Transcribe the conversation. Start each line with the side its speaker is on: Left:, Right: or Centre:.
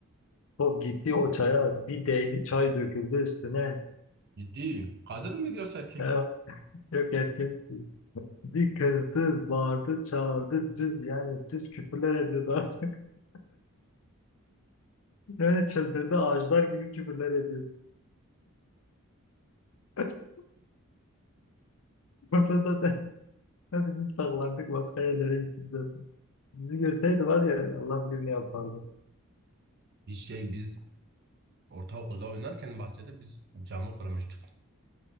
Left: Top gitti o çaya bir değdi çay döküldü üstüne.
Right: Ciddi. Kadın mı diyorsa erkek?
Left: Ya, yok etki. Bir kızdı, bağırdı, çağırdı, düz yani düz küfürler ediyordu artık. <laughs> Yani çıldırdı, ağaçlar gibi küfürler ediyordu. <laughs> Burada zaten hadi biz saklandık başka yerlere gittik zaten. Bizi görseydi var ya Allah bilir ne yapardı.
Right: Bir şey biz ortaokulda oynarken bahçede biz camı kırmıştık.